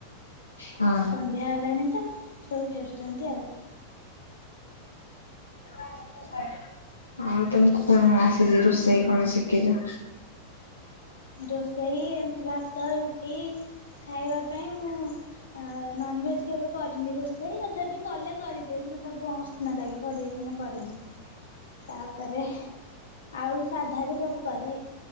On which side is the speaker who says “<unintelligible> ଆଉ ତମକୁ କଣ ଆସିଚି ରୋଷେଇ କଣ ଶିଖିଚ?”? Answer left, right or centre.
Left